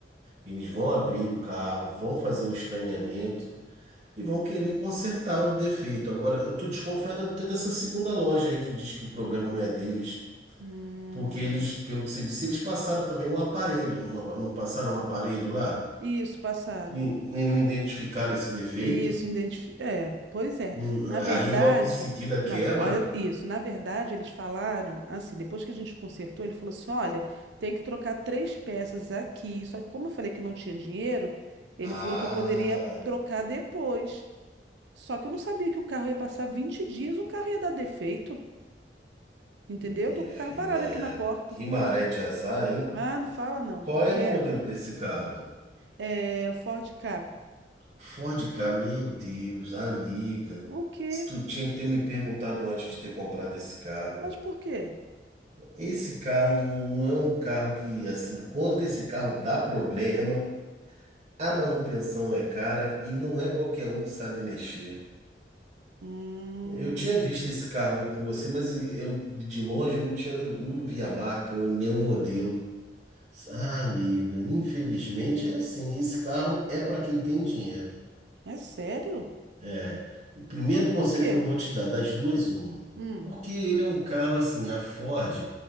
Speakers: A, on the right (about 40°); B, on the right (about 80°).
A: Eles vão abrir o carro, vão fazer o escaneamento e vão querer consertar o defeito. Agora, eu estou desconfiado até dessa segunda loja aí que diz que o problema não é deles,
B: hum.
A: porque eles, pelo que você disse, eles passaram também o aparelho, numa- não passaram um aparelho lá
B: Isso, passaram.
A: e, e não identificaram esse defeito.
B: Isso, identifi... É, pois é.
A: Hum,
B: Na verdade,
A: Aí logo em seguida quebra.
B: não, olha isso. Na verdade, eles falaram assim, depois que a gente consertou, ele falou assim: olha, tem que trocar três peças aqui. Só que, como eu falei que não tinha dinheiro, ele
A: Ah,
B: falou que eu poderia trocar depois. Só que eu não sabia que o carro ia passar 20 dias, o carro ia dar defeito, entendeu?
A: minha
B: Eu tô com
A: filha,
B: o carro parado aqui na porta.
A: que maré de azar, hein?
B: Ah, não fala não,
A: Qual
B: porque
A: é o modelo desse carro?
B: é Ford K.
A: Ford Ka, meu Deus, amiga.
B: O quê?
A: Se tu tinha que ter me perguntado antes de ter comprado esse carro.
B: Mas por quê?
A: Esse carro não não é um carro que, assim, quando esse carro dá problema, a manutenção é cara e não é qualquer um que sabe mexer.
B: Hum,
A: Eu tinha visto esse carro com você, mas eu de longe eu não tinha, eu não vi a marca, nem o modelo. Ah, amiga, infelizmente é assim, esse carro é para quem tem dinheiro.
B: é sério?
A: É, o primeiro
B: Mas
A: conselho
B: por quê?
A: que eu vou te dar, das duas, uma.
B: Hum,
A: Porque ele é um carro assim, a Ford